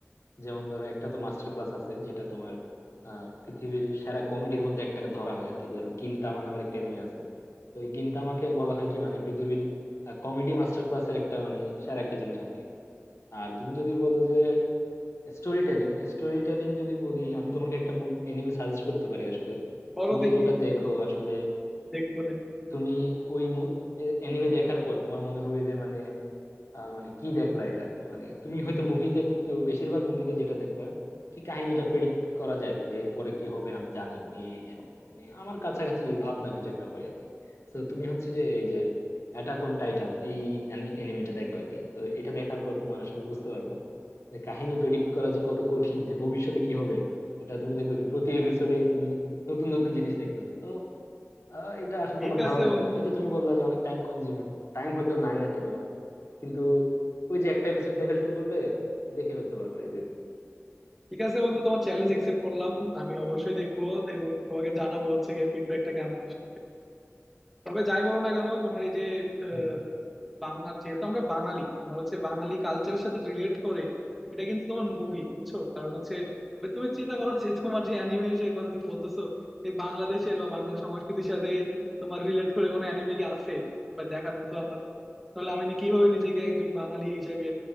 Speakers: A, on the left; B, in the centre.
A: যেমন ধরো একটা তো মাস্টার ক্লাস আছে যেটা তোমার আহ, পৃথিবীর সেরা কমেডির মধ্যে একটাকে ধরা হয় আর কি ধরো গিনতামা নামের একটা এনিমে আছে তো এই গিনতামাকে বলা হয় কি মানে পৃথিবীর কমেডি মাস্টার ক্লাসের একটা মানে সেরা একটা জিনিস আর কি আর তুমি যদি বলো যে স্টোরি টেলিং স্টোরি টেলিং যদি বলি আমি তোমাকে একটা এনিমে সাজেস্ট করতে পারি আসলে
B: বলো
A: তুমি
B: দেখি
A: যদি ওটা দেখো আসলে
B: দেখবো নে।
A: তুমি ওই এনিমে দেখার পর তোমার মনে হবে যে মানে আহ মানে কি দেখলা এটা আর কি মানে তুমি হয়তো মুভিতে কিন্তু বেশিরভাগ মুভিতে যেটা দেখবা কি কাহিনীটা প্রেডিক্ট করা যায় আর কি যে এরপরে কি হবে আমি জানি এই সম মানে আমার কাছাকাছি ভাবনা কিছু একটা হয় আর কি তো তুমি হচ্ছে যে এই যে অ্যাটাক অন টাইটান এই এনিমেটা দেখবা আর কি তো এটা দেখার পর তোমার আসলে বুঝতে পারবা যে কাহিনী প্রেডিক্ট করা যে কত কঠিন যে ভবিষ্যতে কি হবে এটা তুমি দেখবে কি প্রতি এপিসোডেই তুমি নতুন নতুন জিনিস দেখতেছো তো আহ, এটা আসলে
B: ঠিক
A: তোমার
B: আছে
A: ভালো লাগবে
B: বন্ধু
A: আর কি এই যে তুমি বললা যে অনেক টাইম কনজিউমিং টাইম হয়তো নাই আর কি তোমার কিন্তু ওই যে একটা এপিসোড দেখা শুরু করলে দেখে ফেলতে পারবা ইজিলি
B: ঠিক আছে বন্ধু তোমার চ্যালেঞ্জ একসেপ্ট করলাম আমি অবশ্যই দেখবো এবং তোমাকে জানাবো হচ্ছে গিয়ে ফিডব্যাকটা কেমন আসছে তবে যাই বলো না কেন তোমার এই যে আহ,
A: হুম।
B: বাংলা যেহেতু আমরা বাঙালি তোমার হচ্ছে বাঙালি কালচারের সাথে রিলেট করে এটা কিন্তু তোমার মুভি বুঝছো কারণ হচ্ছে ওই তুমি চিন্তা করো যে তোমার যে অ্যানিমের যে কথা তুমি বলতেছো এই বাংলাদেশের বা বাংলা সংস্কৃতির সাথে তোমার রিলেট করে কোনো অ্যানিমে কি আছে বা দেখার মতো আমার তাহলে আমি নি- কিভাবে নিজেকে একজন বাঙালি হিসেবে